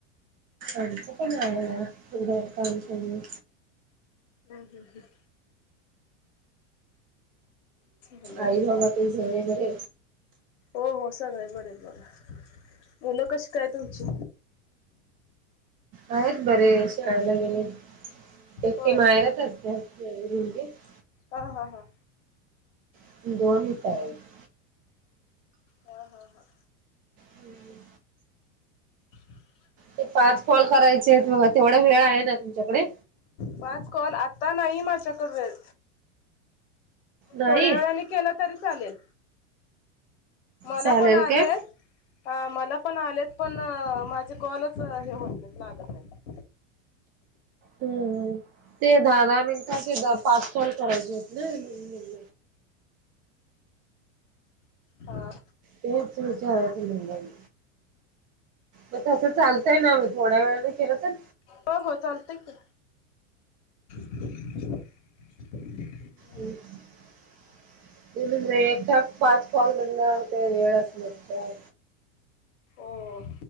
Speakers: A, on the right (about 25°); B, on the left (about 65°).
A: आमचं पण आहेत घरकाम <unintelligible>
B: हम् हम् हम् चालेल
A: आई
B: चालेल
A: बाबा तुझ्या <unintelligible>
B: हो हो सगळे बरे हायत बघा. मुलं कशी काय तुमची?
A: आहेत बरी आहेत. शाळेला गेल्यात. एकटी
B: होय
A: माहेरात असते. <unintelligible>
B: हा हां हां.
A: <unintelligible> आहेत.
B: हा हा हा.
A: हुं हुं.
B: <inaudible>
A: ते पाच कॉल करायचेत बघा तेवढा वेळ आहे ना तुमच्याकडे?
B: पाच कॉल आता नाही माझ्याकडं वेळ.
A: नाही
B: थोड्या वेळाने केलं तरी चालेल. मला
A: चालेल
B: पण आलेत.
A: काय
B: हा मला पण आलेत पण अ माझे कॉलच हे होत नाईत लागत नाईत.
A: हम् हम ते दहा दहा मिनिटाचे ग पाच कॉल करायचेत ना म्हणून म्हंटलं.
B: <inaudible> हा.
A: तेच विचारायचं म्हणलं मी. म तसं चालतंय ना म थोड्या वेळाने केलं तर
B: हो हो चालतंय की. <inaudible>
A: <inaudible> मी म्हणलं एकदाच पाच कॉल म्हणलं त वेळच नसतोय.
B: ओ ओ.